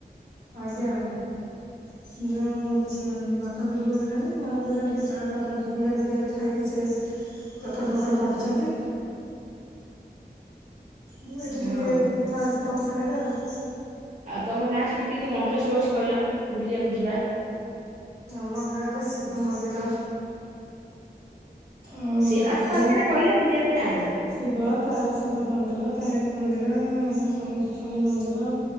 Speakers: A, on the right; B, on the right.
A: ଆଜ୍ଞା ଆଜ୍ଞା ଯେଉଁ ବାପା ବିଲକୁ ଗଲାଣି ମାଆ ଙ୍କୁ ଏଇନା ଟିକିଏ ଚା ଫା ଜଲ ଫଲିକା ଦେଇକିଆଇଲି ଖାଇକି ସେ ପେପର୍ ଫେପର୍ ପଢ଼ୁଛନ୍ତି। ମୁଁ ଏଇଠି ଟିକେ
B: ହଁ।
A: କଥା ହଉଛି ତମ ସାଙ୍ଗରେ ଆଉ
B: ଆଉ ତମ ଗାଁ ସେଠି କି କି ମନ୍ଦିର ସବୁ ଅଛି କହିଲ ବୁଲିବାକୁ ଯିବା‌?
A: ଆମ ଗାଁରେ ଶିବ ମନ୍ଦିର ଆଉ
B: ସେ
A: ତାରିଣୀ
B: ପାଖ ଆଖରେ କହିଲେ ବୁଲିବାକୁ ଯାଆନ୍ତେ‌।
A: ଶିବ ତା ଶିବ ମନ୍ଦିର ତାରିଣୀ ମନ୍ଦିର ଶନି ମନ୍ଦିର‌